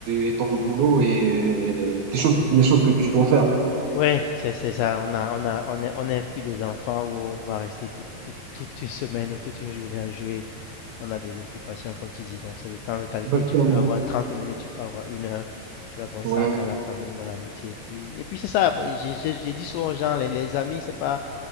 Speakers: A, on the right (about 70°); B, on the left (about 85°).
A: euh, et ton boulot et, euh, tes choses, les choses que tu dois faire.
B: Ouais, c'est c'est ça. On a, on a, on est, on n'est plus des enfants où on va rester toute, toute, toute une semaine ou toute une journée à jouer. On a des occupations, comme tu dis. Donc, c'est le temps de qualité.
A: Exactement.
B: Tu peux avoir 30 minutes, tu peux avoir une heure. Tu la consacres
A: Ouais,
B: à la famille ou à l'amitié. Et puis, et puis c'est ça. Bon, J'ai j'ai- j'ai dit souvent aux gens, les, les amis, c'est pas.